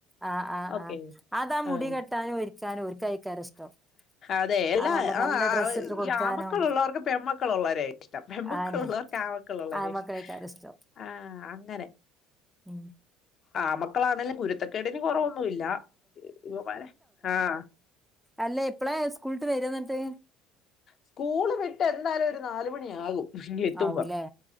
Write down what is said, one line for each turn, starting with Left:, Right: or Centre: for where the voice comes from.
Centre: ആഹ് ആഹ്
Left: ഓക്കെ
Centre: ആഹ് അതാ മുടി,
Left: ആഹ്
Centre: കെട്ടാനും ഒരുക്കാനും ഓര്ക്കേകാരം ഇഷ്ടം
Left: അതെ എല്ലാ
Centre: ആ നല്ല
Left: ആഹ്
Centre: നല്ല ഡ്രസ്സ് ഇട്ട് കൊടുക്കാനും
Left: ഈ ആമക്കളുള്ളവർക്ക് പെമക്കളു ള്ളവരെ യാഷ്ടം പെമ്മക്കൾ
Centre: ആന്നെ
Left: ളു ള്ളർക് ആമക്കളുള്ളവരെ
Centre: ആൺമക്കളേക്കാരം
Left: ഇഷ്ടം,
Centre: ഇഷ്ടം
Left: ആഹ അങ്ങനെ.
Centre: ഉം.
Left: ആമക്കളാന്നേലും കുരുത്തക്കേടിന് കൊറവൊന്നുല്ല. ഇവമ്മാരെ ആഹ
Centre: അല്ലേ എപ്പളാ സ്കൂളിട്ട് വരാ ന്നിട്ട്?
Left: സ്കൂള് വിട്ട് എന്തായാലും ഒരു നാല് മണിയാകും എത്തുമ്പ.
Centre: ആവൂലേ